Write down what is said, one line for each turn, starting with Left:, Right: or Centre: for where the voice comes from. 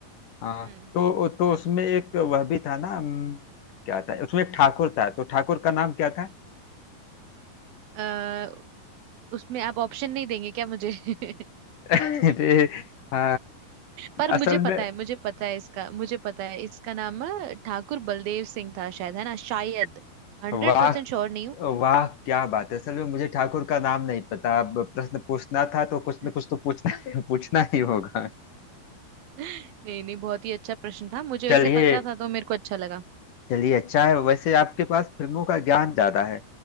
Left: हाँ
Right: हम्म
Left: तो तो उसमें एक वह भी था ना अम, क्या था उसमें एक ठाकुर था तो ठाकुर का नाम क्या था <laughs>
Right: अ, उसमें आप ऑप्शन नहीं देंगे क्या मुझे <laughs>
Left: अरे, अ,
Right: पर मुझे
Left: असल
Right: पता
Left: में
Right: है मुझे पता है इसका मुझे पता है इसका नाम अ, ठाकुर बलदेव सिंह था शायद है ना शायद हंड्रेड
Left: वाह
Right: परसेंट श्योर नहीं हूँ
Left: वाह क्या बात है असल में मुझे ठाकुर का नाम नहीं पता अब प्रश्न पूछना था तो कुछ
Right: <laughs>
Left: न कुछ तो पूछना <laughs> पूछना ही होगा
Right: नहीं नहीं बहुत ही अच्छा प्रश्न था मुझे
Left: चलिए
Right: वैसे पता था तो मेरे को अच्छा लगा
Left: चलिए अच्छा है वैसे आपके पास फिल्मों का ज्ञान ज्यादा है